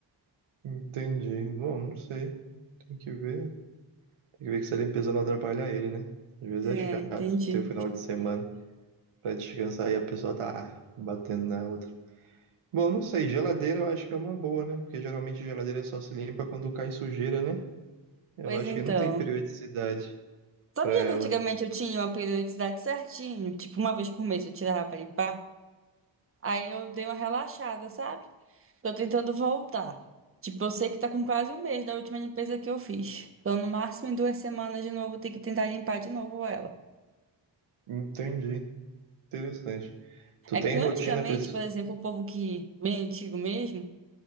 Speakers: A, on the right; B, on the right.
A: Entendi. Bom, não sei. Tem que ver. Tem que ver que essa limpeza não atrapalha ele, né? Às vezes
B: É,
A: é chato
B: entendi.
A: ter o final de semana para descansar e a pessoa tá lá batendo na outra. Bom, não sei, geladeira eu acho que é uma boa, né? Porque geralmente geladeira só se limpa quando cai sujeira, né? Eu
B: Pois
A: acho
B: então.
A: que não tem periodicidade
B: Sabia
A: pra ela.
B: que antigamente eu tinha uma periodicidade certinho? Tipo, uma vez por mês eu tirava pra limpar. Aí eu dei uma relaxada, sabe? Tô tentando voltar. Tipo, eu sei que tá com quase um mês da última limpeza que eu fiz. Então, no máximo, em duas semanas de novo, eu tenho que tentar limpar de novo ela.
A: Entendi. Interessante. Tu
B: É
A: tem
B: que antigamente,
A: rotina pra... esse-
B: por exemplo, o povo que, bem antigo mesmo,